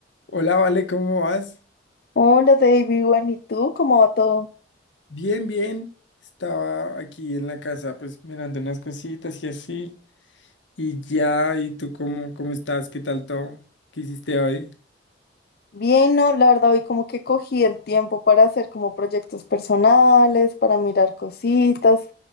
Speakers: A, on the left (about 85°); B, on the left (about 55°).
A: Hola, Vale, ¿cómo vas?
B: Hola David, bueno, ¿y tú? ¿Cómo va todo?
A: Bien, bien. Estaba aquí en la casa, pues mirando unas cositas y así. Y ya, ¿y tú cómo, cómo estás? ¿Qué tal todo? ¿Qué hiciste hoy?
B: Bien, no, la verdad hoy como que cogí el tiempo para hacer como proyectos personales, para mirar cositas,